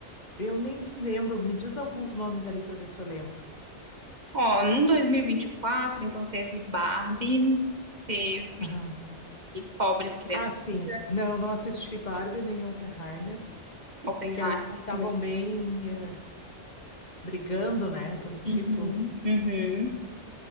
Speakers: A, on the left (about 40°); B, on the right (about 40°).
A: eu nem se lembro. Me diz alguns nomes ali para ver se eu lembro.
B: Ó, no 2024, então teve Barbie, teve
A: Aham.
B: Pobres Criaturas,
A: Ah, sim. Não, não assisti Barbie nem Oppenheimer,
B: Oppenheimer
A: que eram os que estavam
B: também.
A: bem eh, brigando, né, pelo título.
B: Uhum. Uhum.